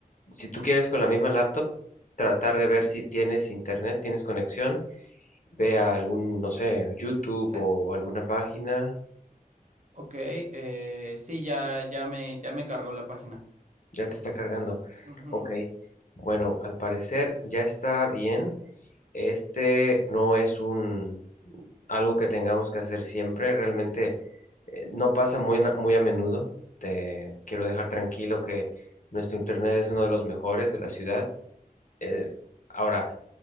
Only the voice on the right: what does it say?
Sí,
ok, eh, sí, ya, ya me, ya me cargó la página.
Ujú,